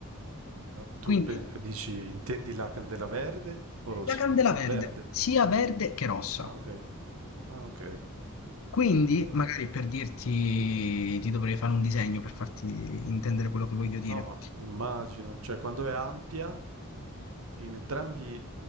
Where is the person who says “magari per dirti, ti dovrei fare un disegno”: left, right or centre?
Left